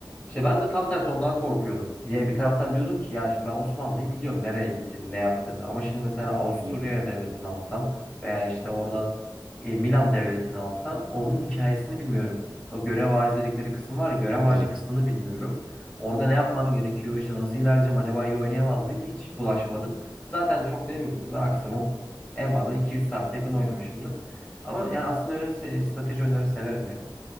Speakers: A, on the left; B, on the right.
A: İşte ben de tam tersi ondan korkuyordum. Diye bir taraftan diyordum ki ya şimdi ben Osmanlı'yı biliyorum nereye gittiğini, ne yaptığını. Ama şimdi mesela Avusturya
B: hı hı.
A: devletini alsam veya işte orada e, Milan devletini alsam onun hikayesini bilmiyorum. O görev ağacı dedikleri kısım var ya görev ağacı
B: Evet.
A: kısmını bilmiyorum. Orada ne yapmam gerekiyor, işte nasıl ilerleyeceğim, acaba iyi oynayamaz mıyım hiç bulaşmadım. Zaten çok dediğim gibi maksimum en fazla 200 saate yakın oynamışımdır. Ama yani aslında öyle se- strateji oyunları severim yani.